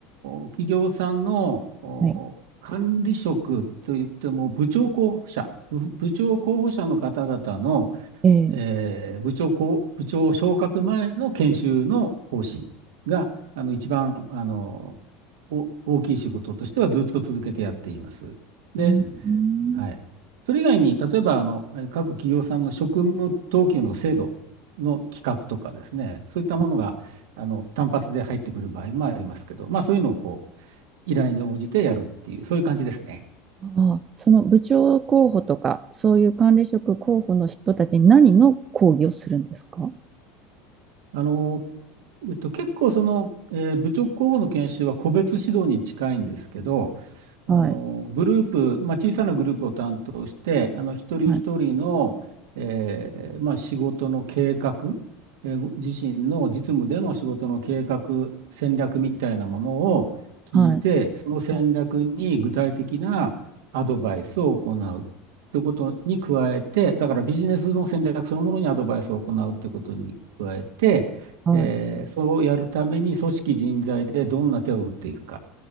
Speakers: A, on the right (about 80°); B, on the right (about 35°).
A: お企業さんのお管理職といっても、
B: はい、
A: 部長候補者、部部長候補者の方々の、
B: ええ
A: えー部長こう、部長昇格前の研修の講師が、あの、一番、あの、お大きい仕事としてはずっと続けてやっています。で、
B: うん
A: はい。それ以外に、例えば、あの、えー各企業さんの職務等級の制度の企画とかですね、そういったものが、
B: あ
A: あの、単発で入ってくる場合もありますけど、まあ、そういうのをこう、依頼に応じてやるっていう、そういう感じですね。
B: あその部長候補とか、そういう管理職候補の人たちに何の講義をするんですか
A: あの、えっと、結構その、えー部長候補の研修は個別指導に近いんですけど、
B: はい、
A: あの、グループ、まあ、小さなグループを担当して、あの、一人一人の、
B: はい、
A: えーまあ、仕事の計画、えーご自身の実務での仕事の計画、戦略みたいなものを聞いて、
B: はい、
A: その戦略に具体的なアドバイスを行うということに加えて、
B: あ
A: だからビジネスの戦略そのものにアドバイスを行うということに加えて、
B: はい、
A: えーそれをやるために組織人材でどんな手を打っていくかっ